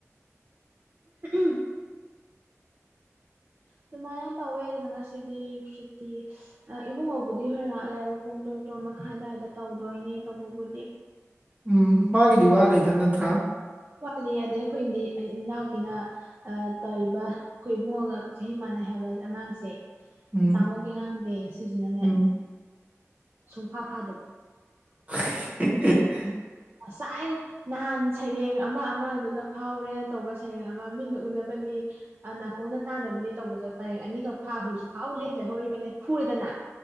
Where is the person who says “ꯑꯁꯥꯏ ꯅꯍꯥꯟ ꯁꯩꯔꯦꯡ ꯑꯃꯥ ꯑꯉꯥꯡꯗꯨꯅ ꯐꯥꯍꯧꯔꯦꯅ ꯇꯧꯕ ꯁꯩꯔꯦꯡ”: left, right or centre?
Right